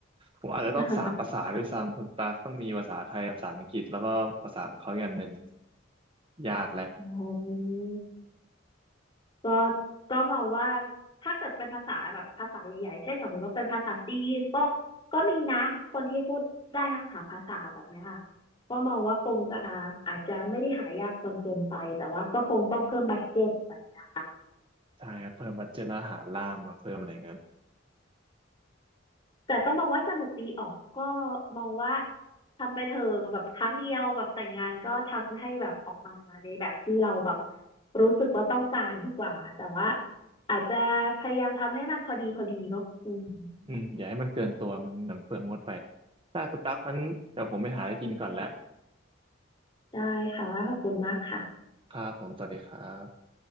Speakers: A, on the right; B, on the left.
A: ผมอาจจะต้องสามภาษาด้วยซ้ำคุณตากต้องมีภาษาไทยภาษาอังกฤษแล้วก็ภาษาของเขาอีกอันหนึ่ง
B: <laughs>
A: ยากแหละ
B: อ๋อก็ก็มองว่าถ้าเกิดเป็นภาษาแบบภาษาใหญ่ๆเช่นสมมติว่าเป็นภาษาจีนก็ก็มีนะคนที่พูดได้ทั้งสามภาษาแบบเนี้ยค่ะก็มองว่าคงจะอาจจะไม่ได้หายากจนเกินไปแต่ว่าก็คงต้องเพิ่มบัดเจ็ตแบบเนี้ยค่ะ
A: ใช่ครับเพิ่มบัดเจ็ตแล้วหาล่ามมาเพิ่มอะไรอย่างนั้น
B: แต่ก็มองว่าสนุกดีออกก็มองว่าทำไปเถอะแบบครั้งเดียวแบบแต่งงานก็ทำให้แบบออกมาในแบบที่เราแบบรู้สึกว่าต้องการดีกว่าแต่ว่าอาจจะพยายามทำให้มันพอดีพอดีเนาะอืม
A: อืมอย่าให้มันเกินตัวมันหนังเปลืองงดไปได้คุณตั๊กงั้นเดี๋ยวผมไปหาอะไรกินก่อนแล้ว
B: ได้ค่ะขอบคุณมากค่ะ
A: ครับผมสวัสดีครับ